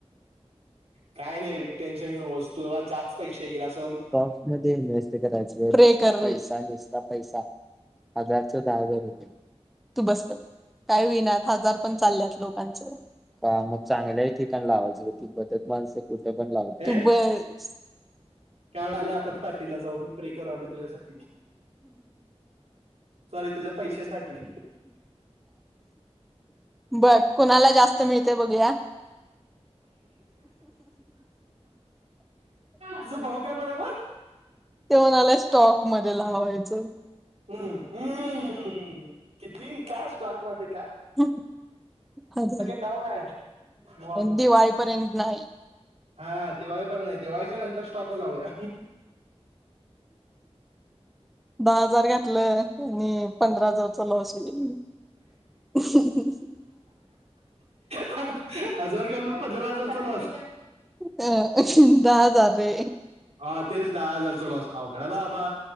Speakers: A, on the right; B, in the centre.
A: काय नाही रे टेन्शन घेऊ नकोस तूला जास पैशे एइ इलास
B: <unintelligible> करायचीे पैसा हजार दहा हजार रुपये तू बस काय विना हजार पण चालल्यात लोकांच मग चांगले ठिकाण लावा बदत माणस कुठे पण लावतात
A: ए?
B: तू बस
A: काय व्हायलय आपण पार्टीला जाऊ मी प्रे करालोय तुझ्यासाठी सॉरी तुझ्या पैशासाठी.
B: बर कोणाला जास्त मिळतंय बघूया
A: तुझा भाऊ काय म्हणाला
B: त्यो म्हणालाय स्टॉकमध्ये लावायचं
A: हम्मम्म किती काय स्टॉकमध्ये
B: <inaudible> होय
A: डाऊन आहे वॉरमुळे.
B: दिवाळीपर्यंत नाही
A: हा दिवाळी पण नाही दिवाळीच्या नंतर स्टॉक लावूया
B: दहा हजार घातलं ह पंधरा हजारचा लॉस होईल
A: हा हजर पंधरा हजारचा लॉस
B: अ दहा हजार रे
A: हा तेच दहा हजारचा लॉस अवघड बाबा